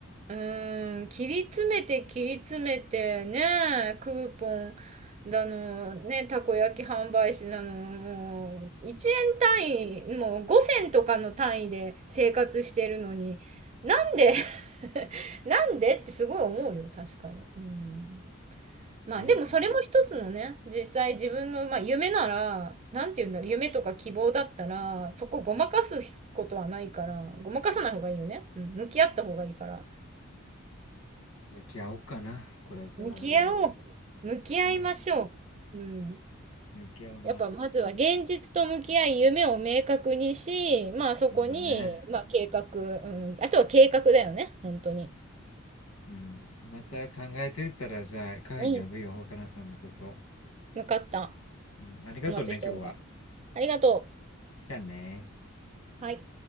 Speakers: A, on the right; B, on the left.
A: うーん、切り詰めて切り詰めてね、クーポンだの、ね、たこ焼き販売士なの、もう1円単位、もう5銭とかの単位で生活してるのに、なんで <laughs> なんでってすごい思うよ、確かに。うん。まあでもそれも一つのね、
B: ね。
A: 実際自分の、まあ、夢なら、なんて言うんだろう、夢とか希望だったら、そこごまかすことはないから、ごまかさない方がいいよね。うん、向き合った方がいいから。
B: 向き合おうかな、これから。
A: 向き合おう。
B: だから。
A: 向き合いましょう。
B: うん。
A: うん。
B: 向き合う、まあ、
A: やっぱまずは現実と向き合い、夢を明確にし、まあそこに、
B: そうだね。
A: まあ計画、うん。あとは計画だよね、本当に。
B: うん。また考えついたら、じゃあ、カフェに呼ぶよ、
A: うん。
B: 若菜さんのこと。
A: 分かった。
B: うん。ありがとうね、
A: お待ちしております。
B: 今日は。
A: ありがと
B: じゃあね。
A: う。はい。